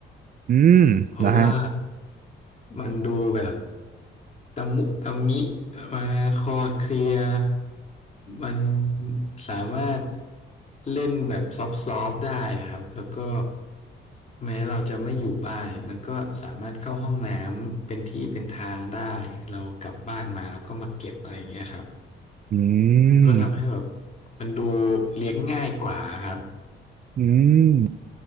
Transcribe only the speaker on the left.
เพราะว่ามันดูแบบตะมุตะมิมาคอเคลียร์มันสามารถเล่นแบบซอฟต์ๆได้ครับแล้วก็แม้เราจะไม่อยู่บ้านเนี่ยมันก็สามารถเข้าห้องน้ำเป็นที่เป็นทางได้เรากลับบ้านมาแล้วก็มาเก็บอะไรอย่างเงี้ยครับ
มันก็ทำให้แบบ
มันดูเลี้ยงง่ายกว่าครับ